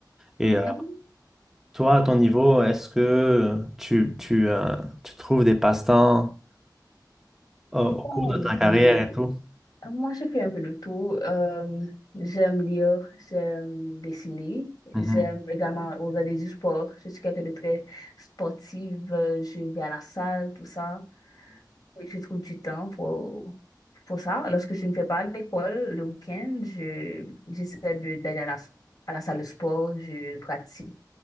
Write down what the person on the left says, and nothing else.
Mhm.
Oh,
oui.
Moi, je fais un peu de tout. Euh, j'aime lire, j'aime dessiner, j'aime
également regarder du sport. Je suis quelqu'un de très sportive. euh, Je vais à la salle, tout ça. Oui, je trouve du temps pour, pour ça. Lorsque je ne fais pas à l'école, le week-end, je, j'essaie de- d'aller à la, à la salle de sport, je pratique